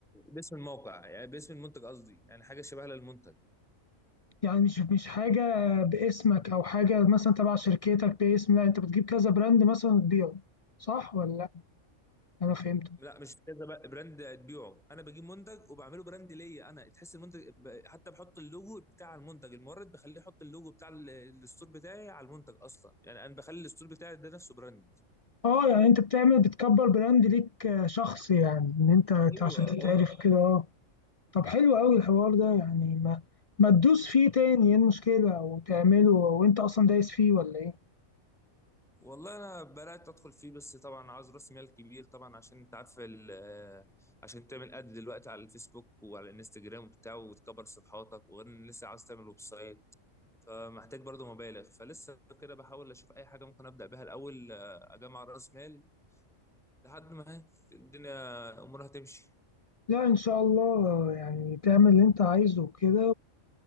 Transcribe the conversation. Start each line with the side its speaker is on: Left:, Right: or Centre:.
Centre: باسم الموقع يعني باسم المنتج قصدي يعني حاجه شبه للمنتج
Left: يعني مش مش حاجة باسمك أو حاجة مثلا تبع شركتك باسم لا أنت بتجيب كذا براند مثلا وتبيعه صح ولا لأ؟ أنا فهمت
Centre: لا مش كذا بقى براند تبيعه انا بجيب منتج وبعمله براند ليا انا تحس المنتج ب- حتى بحط اللوجو بتاع المنتج المورد بخليه يحط اللوجو بتاع ال- الستور بتاعي على المنتج اصلا يعني انا بخلي الستور بتاعي ده نفسه براند
Left: أه يعني أنت بتعمل بتكبر براند ليك آه، شخص يعني إن أنت
Centre: ايوه
Left: عشان تتعرف
Centre: اه
Left: كده أه طب حلو أوي الحوار ده يعني ما ما تدوس فيه تاني إيه المشكلة وتعمله وأنت أصلا دايس فيه ولا إيه؟
Centre: والله انا بدات ادخل فيه بس طبعا عاوز راس مال كبير طبعا عشان انت عارف ال- آه، عشان تعمل اد دلوقتي على الفيسبوك وعلى الانستجرام وبتاع وتكبر صفحاتك وغير ان لسه عاوز تعمل ويب سايت فمحتاج برضه مبالغ فلسه كده بحاول اشوف اي حاجه ممكن ابدا بيها الاول آه، اجمع راس مال لحد ما هي الدنيا امورها تمشي
Left: لا إن شاء الله آه، يعني تعمل اللي أنت عايزه كده